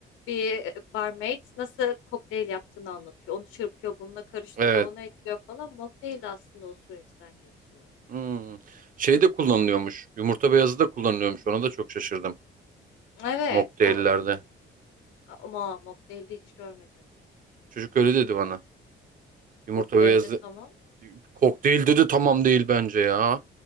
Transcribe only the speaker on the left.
Bir e, barmaid nasıl kokteyl yaptığını anlatıyor. Onu çırpıyor, bununla karıştırıyor,
ona ekliyor falan. Mocktail de aslında o süreçten geçiyor.
Evet,
o ama mocktail'de hiç görmedim.
Kokteylde
tamam.